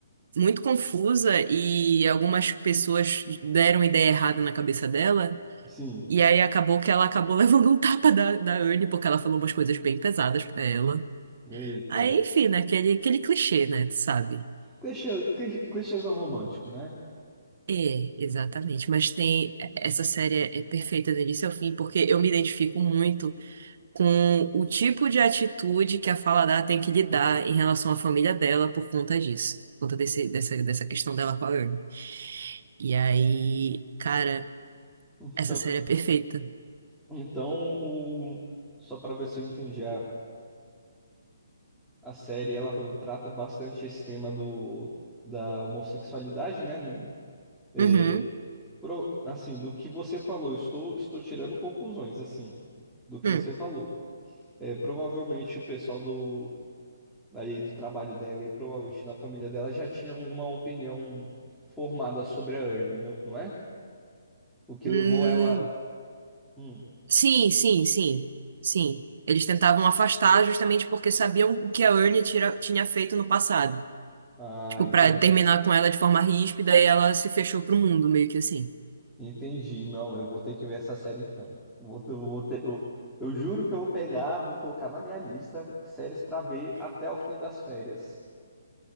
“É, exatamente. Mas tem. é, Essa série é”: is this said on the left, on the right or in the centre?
Right